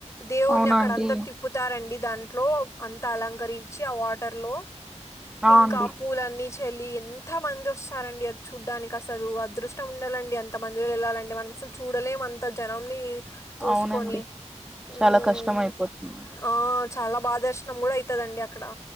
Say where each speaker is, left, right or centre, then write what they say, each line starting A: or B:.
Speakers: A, on the left (about 25°); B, in the centre.
A: దేవుని
B: అవునా
A: అక్కడ
B: అండి
A: అంతా తిప్పుతారండి దాంట్లో అంతా అలంకరించి ఆ వాటర్లో
B: ఆ
A: ఇంకా
B: అండి
A: పూలన్నీ చ చలి ఎంత మంది వస్తారండి అది చూడ్డానికి అసలు అదృష్టం ఉండాలండి ఎంత మందిలో వెళ్ళాలండి మనం అసలు చూడలేం అంత జనంని తోసుకొని
B: అవునండి
A: ఉమ్మ్
B: చాలా కష్టం అయిపోతుంది
A: ఆ చాలా భా దర్శనం కూడా అయితదండి అక్కడ